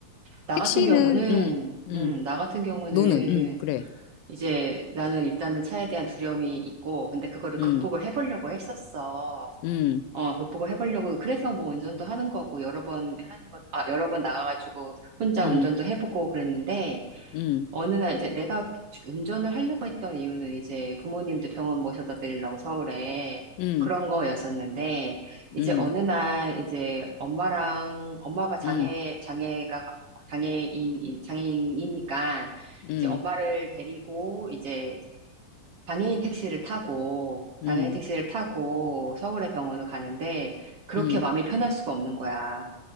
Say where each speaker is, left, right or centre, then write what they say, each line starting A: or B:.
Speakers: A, on the right; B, on the left.
A: 나
B: 택시는,
A: 같은 경우는,
B: 음, 음.
A: 음, 나 같은 경우는,
B: 너는, 응, 그래.
A: 이제 나는 일단은 차에 대한 두려움이 있고, 근데 그거를
B: 응,
A: 극복을 해보려고 했었어.
B: 응,
A: 어, 극복을 해보려고, 그래서 뭐 운전도 하는 거고, 여러 번 하는 것, 아, 여러 번 나가가지고 혼자
B: 응,
A: 운전도 해보고 그랬는데,
B: 응,
A: 어느 날 이제 내가 주- 운전을 하려고 했던 이유는 이제 부모님도 병원 모셔다 드리려고 서울에
B: 응,
A: 그런 거였었는데, 이제
B: 응,
A: 어느 날 이제 엄마랑, 엄마가 장애,
B: 응,
A: 장애가, 가- 장애인, 장애인이니까,
B: 응,
A: 이제 엄마를 데리고 이제 장애인 택시를 타고, 장애인
B: 응,
A: 택시를 타고 서울의 병원을 가는데, 그렇게
B: 응,
A: 마음이 편할 수가 없는 거야.